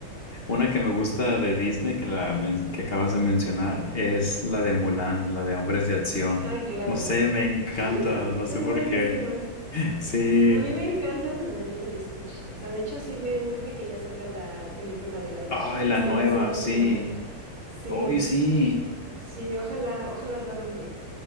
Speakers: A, on the left (about 45°); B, on the right (about 40°).
A: Una que me gusta de Disney que, la men- que acabas de mencionar es la de Mulan, la de Hombres de Acción.
B: Ay, claro.
A: No sé, me encanta,
B: <laughs>
A: no
B: Es
A: sé por
B: buenísima.
A: qué. <laughs> Sí.
B: A mí me encantan las de Lilo y Stitch. O sea, de hecho sí me urge que ya salga la película de live
A: Ay,
B: action, que
A: la
B: sale
A: nueva,
B: la siguiente
A: sí.
B: semana. Sí,
A: Hoy sí.
B: sí, ojalá, ojalá lo hagan bien.